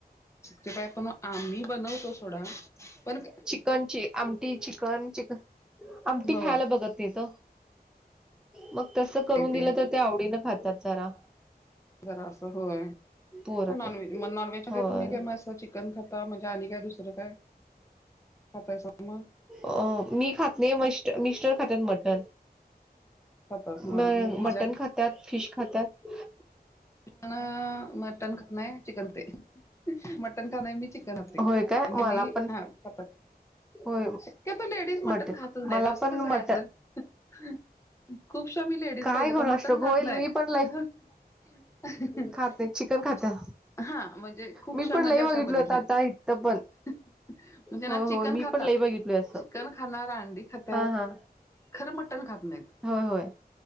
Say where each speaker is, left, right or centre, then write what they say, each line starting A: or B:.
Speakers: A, on the left; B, in the centre.
A: तेे काय पण आम्ही बनवतो, सोडा पण
B: चिकन ची आमटी चिकन चिकन आमटी
A: होय
B: खायला बघत नाहीत, ओ मग तस
A: माहिती
B: करून दिलं तर ते आवडी खातात. खातात जरा.
A: जरा असं होय,
B: पोरं
A: नॉनव्हेज
B: पण
A: मग नॉनव्हेज मध्ये
B: होय
A: तुम्ही काय अस चिकण चिकन खाता म्हणजे, आणि काय दुसरं काय खातायसा मग?
B: अ मी खात नाही, मिस्टर खातात मटन.
A: खातात हा
B: मग
A: म्हणजे माझ्या
B: मटण खातात, फिश खातात.
A: मटन-मटन खात नाही, चिकन ते. मटन खाण मी चिकन असतयं,
B: होय काय
A: आणि हेनी
B: मला पण
A: हा चपाती.
B: होय
A: शक्यतो लेडीज मटण
B: मटन
A: खातच
B: मला
A: नाही, असं
B: पण
A: कसं काय
B: मटन
A: असेल? खूपशा मी लेडीज
B: काय
A: पाहिले,
B: कोणाष्ट
A: तर मटण खात
B: होईल
A: नाही.
B: मी पण लई
A: <unintelligible>
B: खात नाही चिकन खाता
A: हा, म्हणजे खूपशा
B: मी पण
A: म्हणजे
B: लई
A: अशा
B: बघितल
A: बघितल्यात.
B: होत आता इथं पण
A: म्हणजे ना
B: होय
A: चिकन
B: होय मी
A: खातात,
B: पण लई बघितलोय असं
A: चिकन खाणार अंडी खातात.
B: हा हा
A: खरं मटण खात नाहीत.
B: होय होय,